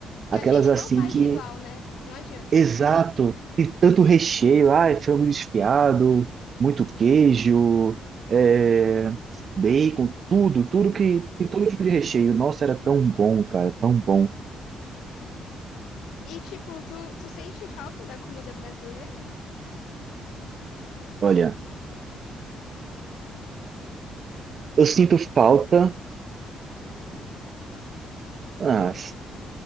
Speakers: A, on the left (about 80°); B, on the right (about 50°).
A: que
B: Aquelas
A: a gente
B: assim
A: não faz
B: que
A: igual, né? Não adianta.
B: Exato, e tanto recheio, ah, frango desfiado, muito queijo, é, bacon, tudo, tudo que tem todo tipo de recheio. Nossa, era tão bom, cara, tão bom.
A: E, tipo, tu, tu sente falta da comida brasileira?
B: Olha, eu sinto falta. Ah,